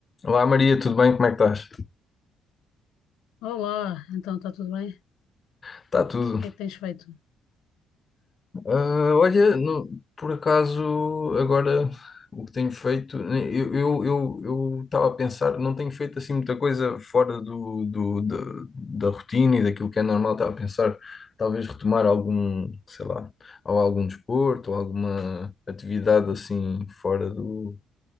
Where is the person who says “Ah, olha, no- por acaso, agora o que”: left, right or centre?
Left